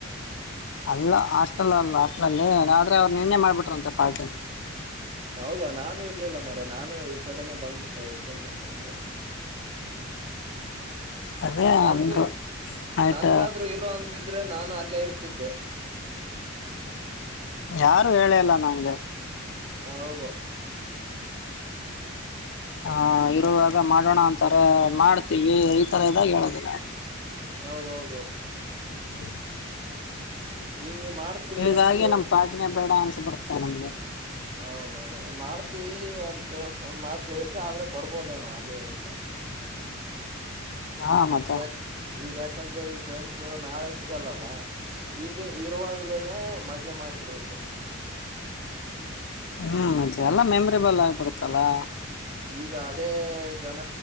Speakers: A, on the left; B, on the right.
A: ಅಲ್ಲ ಹಾಸ್ಟೆಲ್ ಅಲ್ಲ ಹಾಸ್ಟೆಲ್ ಅಲ್ಲಿ ಆದ್ರೆ ಅವ್ರು ನಿನ್ನೆ ಮಾಡ್ಬಿಟ್ರ ಅಂತೆ ಪಾರ್ಟಿ.
B: ಹೌದಾ ನಾನು ಇರ್ಲಿಲ್ಲ ಮರಯ ನಾನು ಈ ಕಡೆನನೆ ಬಂದ್ಬಿಟ್ಟೆ ಎಕ್ಸಾಮ್ ಮುಸ್ಕೊಂಡ್
A: ಅದೇ
B: ನನ್ಗು
A: ಅಂದ್ರು ನೈಟ್
B: ನನ್ಗಾದ್ರು ಇರೋ ಒಂದ್ ಆದ್ರೆ ನಾನು ಅಲ್ಲೇ ಇರ್ತಿದ್ದೆ.
A: ಯಾರು ಹೇಳೇ ಇಲ್ಲ ನಂಗೆ.
B: ಹೌದು
A: ಹ ಇರುವಾಗ ಮಾಡೋಣ ಅಂತಾರೆ ಮಾಡ್ತೀವಿ ಈ ತರ ಇದಾಗ ಹೇಳೋದಿಲ್ಲ.
B: ಹೌದೌದು
A: <inaudible>
B: ಹಿಂಗ್ ಮಾಡ್ತೀವಿ
A: ಹೀಗಾಗಿ
B: ಅಂತ ಹೇಳ್ಬಿಟ್ಟು
A: ನಮ್ ಪಾಟಿನೆ ಬೇಡ ಅನ್ಸಬಡ್ ತಾನಮದ್
B: ಹೌದೌದು ಮಾಡ್ತೀವಿ ಅಂತೇಳ್ ಒಂದ್ ಮಾತ ಹೇಳಿದ್ರೆ ಆದ್ರೆ ಬರ್ಬೋದೇನೋ ಅಲ್ಲಿಂದ
A: ಹಾ ಮತ
B: ಈಗ ಯಾಕ ಈಗ ಯಾಕಂದ್ರೆ ಈ ಫ್ರೆಂಡ್ಸ್ ನಾಳೆ ಸಿಗಲ್ಲಲ್ಲ ಈಗ ಈ ತರುವಾಗಲೇನೆ ಮಜಾ ಮಾಡ್ಬಿಡ್ಬೇಕು
A: ಹ್ಮ್ ಮತೆ ಎಲ್ಲಾ ಮೆಮರೇಬಲ್ ಆಗಿ ಬರುತ್ತಲ್ಲಾ
B: ಈಗ ಅದೇ ಜನ